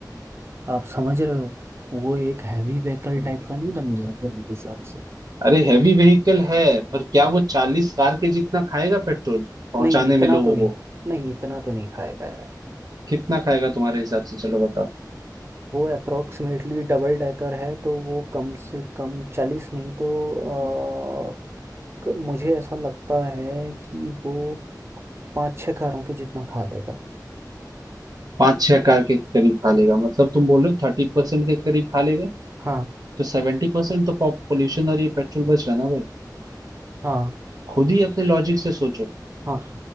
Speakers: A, on the right; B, on the right.
A: आप समझ रहे हो वो एक हैवी व्हीकल टाइप का नहीं बन गया फिर मेरे हिसाब से
B: अरे हैवी व्हीकल है पर क्या वो चालीस कार के जितना खाएगा पेट्रोल पहुंचाने
A: नहीं इतना
B: में लोगों
A: तो नहीं
B: को
A: नहीं इतना तो नहीं खाएगा यार
B: कितना खाएगा तुम्हारे हिसाब से चलो बताओ
A: वो अप्रोक्सीमेटली डबल डेकर है तो वो कम से कम चालीस नहीं तो अ, क- मुझे ऐसा लगता है कि वो पाँच छः कारों के जितना खा लेगा
B: पाँच छह कार के करीब खा लेगा मतलब तुम बोल रहे हो थर्टी परसेंट के करीब खा लेगा
A: हाँ
B: तो सेवेंटी परसेंट तो पॉल्यूशन और ये पेट्रोल बच रहा ना भाई
A: हाँ
B: खुद ही अपने लॉजिक से सोचो
A: हाँ